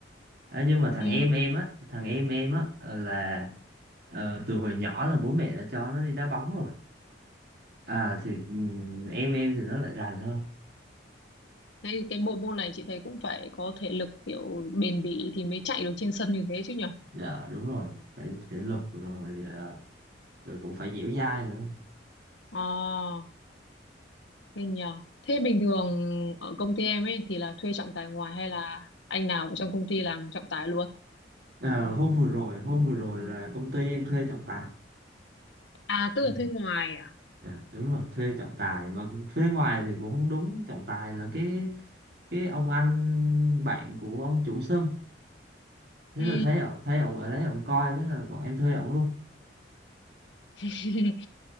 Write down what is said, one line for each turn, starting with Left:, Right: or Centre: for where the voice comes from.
Right: à, nhưng mà thằng
Left: Ừ,
Right: em em á thằng em em á là ờ, từ hồi nhỏ là bố mẹ đã cho nó đi đá bóng rồi à thì ừm, em em thì nó lại rành hơn
Left: thế thì cái bộ môn này chị thấy cũng phải có thể lực kiểu bền bỉ thì mới chạy được trên sân như thế chứ nhở?
Right: dạ đúng rồi phải thể lực rồi ờ, rồi cũng phải dẻo dai nữa
Left: Ờ, thế nhờ. Thế bình thường ở công ty em ấy thì là thuê trọng tài ngoài hay là anh nào ở trong công ty làm trọng tài luôn?
Right: Ờ, hôm vừa rồi hôm vừa rồi là công ty em thuê trọng tài
Left: À, tức
Right: Ừ.
Left: là thuê ngoài à?
Right: Dạ, đúng rồi thuê trọng tài mà thuê ngoài thì cũng không đúng trọng tài là cái cái ông anh bạn của ông chủ sân thế
Left: Ừ.
Right: là thấy ổng- thấy ông ở đấy ông coi thế là bọn em thuê ông luôn
Left: <laughs>